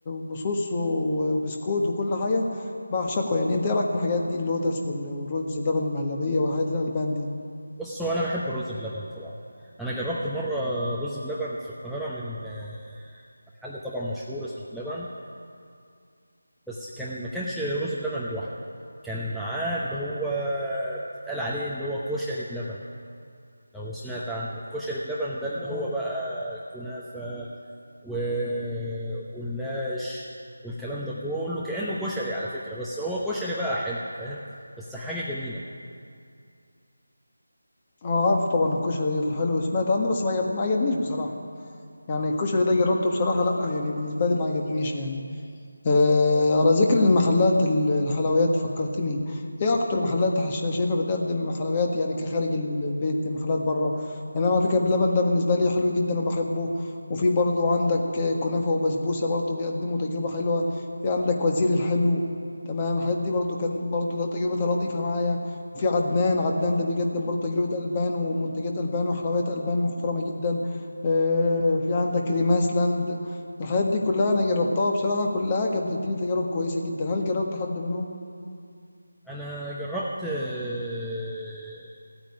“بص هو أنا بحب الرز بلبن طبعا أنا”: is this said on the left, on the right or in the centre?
Centre